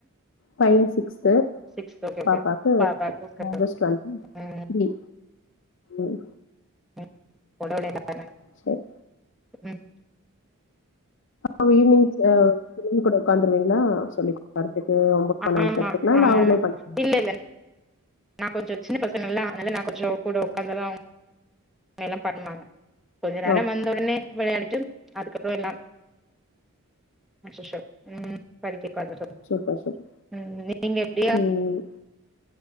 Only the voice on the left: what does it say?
பைய சிக்ஸ்த்து
பாப்பாக்கு
ஆகஸ்ட்
டுவெல்
திரி ம்
சேர்
அ ஈவ்னிங் அ <inaudible> கூட ஒக்காந்துருவிங்ளா சொல்லிக் வறதுக்கு ஹோம்
ஒர்க் பண்ண
வைக்கறதுக்கலா இல்ல
அவுங்களே பண்ணிக்
ஓகே
சூப்பர் சூப்
ம்